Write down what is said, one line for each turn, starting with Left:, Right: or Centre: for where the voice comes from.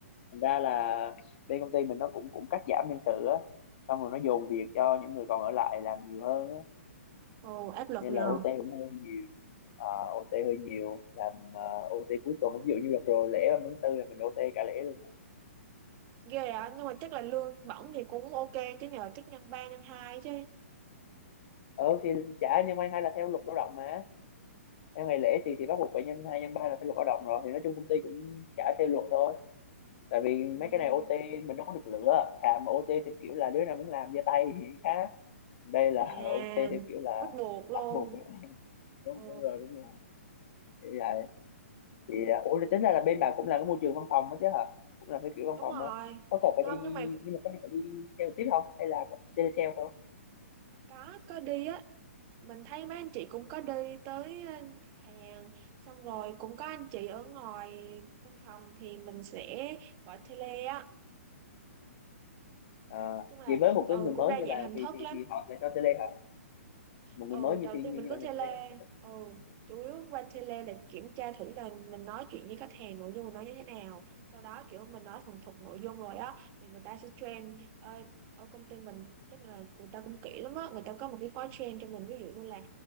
Left: thành ra là bên công ty mình nó cũng cũng cắt giảm nhân sự á xong rồi nó dồn việc cho những người còn ở lại làm nhiều hơn á
Right: ừ áp lực
Left: nên
Right: nhờ
Left: là OT cũng hơi nhiều Ờ, OT hơi nhiều làm ờ, OT cuối tuần ví dụ như đợt rồi lễ 30 tháng tư là mình OT cả lễ luôn mà.
Right: ghê á nhưng mà chắc là lương bổng thì cũng ok chứ nhờ chắc nhân ba nhân hai chứ
Left: ờ thì trả nhưng may hay là theo luật lao động mà theo ngày lễ thì
Right: Ừ.
Left: thì bắt buộc phải nhân hai nhân ba là theo luật lao động rồi thì nói chung công ty cũng trả theo luật thôi tại vì
Right: Ừ.
Left: mấy cái này OT mình đâu có được lựa thà mà OT theo kiểu là đứa nào muốn làm giơ tay thì khác đây là
Right: À,
Left: <laughs> OT theo kiểu là
Right: bắt buộc luôn.
Left: bắt buộc đúng,
Right: Ừ,
Left: đúng rồi đúng rồi thì vậy thì à, ủa thì tính ra là bên bà cũng làm cái môi trường văn phòng đó chứ hả cũng làm cái kiểu văn
Right: đúng
Left: phòng
Right: rồi.
Left: á có cần phải
Right: Không
Left: đi
Right: nhưng mà
Left: nhưng mà có phải đi theo tiếp không hay là tele sale thôi
Right: có có đi á, mình thấy mấy anh chị cũng có đi tới ờ, khách hàng xong rồi cũng có anh chị ở ngoài văn phòng thì mình sẽ gọi tele á.
Left: à,
Right: Chung là
Left: vậy với một
Right: ừ
Left: cái người mới
Right: cũng đa
Left: như
Right: dạng
Left: bà
Right: hình
Left: thì
Right: thức
Left: thì
Right: lắm.
Left: thì họ sẽ cho tele hả một
Right: ừ
Left: người mới như
Right: đầu
Left: thì
Right: tiên
Left: như
Right: mình
Left: như
Right: có
Left: vậy là
Right: tele
Left: tele hả
Right: ừ chủ yếu qua tele là kiểm tra thử là mình nói chuyện với khách hàng nội dung mình nói như thế nào sau đó kiểu mình nói thuần thục nội dung rồi á thì người ta sẽ train ơi ở công ty mình tức là người ta cũng kỹ lắm á người ta có một cái khóa train cho mình ví dụ như là